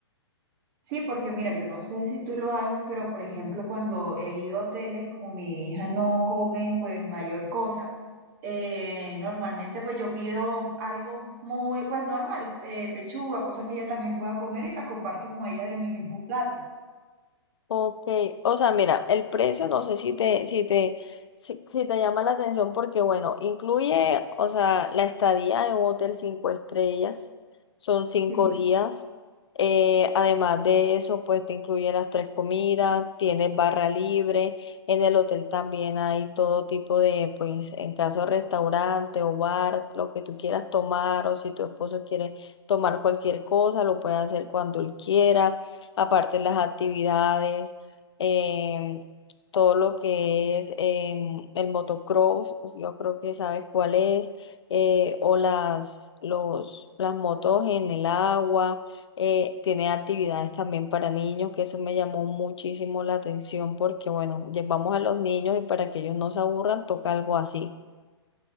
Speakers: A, on the right; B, on the left.
A: Sí, porque mira, yo no sé si tú lo haces, pero por ejemplo, cuando he ido a hoteles, como mi hija no come, pues mayor cosa, eh, normalmente pues yo pido algo muy, pues normal, eh, pechuga, cosas que ella también pueda comer y la comparto con ella de mi mismo plato.
B: Ok, o sea, mira, el precio no sé si te, si te, si, si te llama la atención porque, bueno, incluye, o sea, la estadía en un hotel cinco estrellas, son cinco
A: Sí.
B: días. eh, además de eso, pues te incluye las tres comidas, tienes barra libre, en el hotel también hay todo tipo de, pues, en caso de restaurante o bar, lo que tú quieras tomar, o si tu esposo quiere tomar cualquier cosa, lo puede hacer cuando él quiera. Aparte las actividades, em, todo lo que es em, el motocross, yo creo que sabes cuál es, eh, o las, los, las motos en el agua, eh, tiene actividades también para niños, que eso me llamó muchísimo la atención porque, bueno, llevamos a los niños y para que ellos no se aburran, toca algo así.